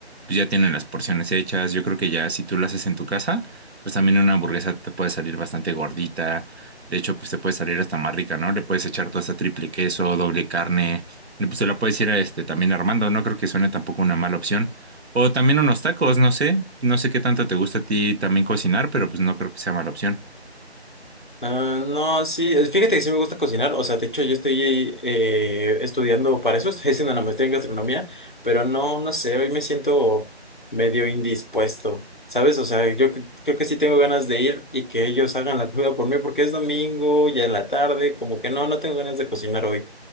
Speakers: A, on the right; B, on the left.
A: pues ya tienen las porciones hechas. Yo creo que ya si tú lo haces en tu casa, pues también una hamburguesa te puede salir bastante gordita. De hecho, pues te puede salir hasta más rica, ¿no? Le puedes echar toda esta triple queso, doble carne. Y pues te la puedes ir este, también armando. No creo que suene tampoco una mala opción. O también unos tacos, no sé. No sé qué tanto te gusta a ti también cocinar, pero pues no creo que sea mala opción.
B: Ah, no, sí, eh, fíjate que sí me gusta cocinar, o sea, de hecho yo estoy eh, estudiando para eso, <laughs> estoy haciendo una maestría en gastronomía, pero no, no sé, hoy me siento medio indispuesto, ¿sabes? O sea, yo cre- creo que sí tengo ganas de ir y que ellos hagan la comida por mí porque es domingo, ya en la tarde, como que no, no tengo ganas de cocinar hoy.